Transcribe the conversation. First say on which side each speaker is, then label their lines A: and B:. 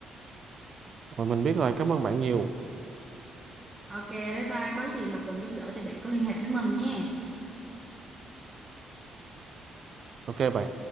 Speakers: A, on the right; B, on the right.
A: rồi mình biết rồi cảm ơn bạn nhiều
B: ok bye bye có gì mà cần giúp đỡ thì bạn cứ liên hệ với mình nhé
A: ok bạn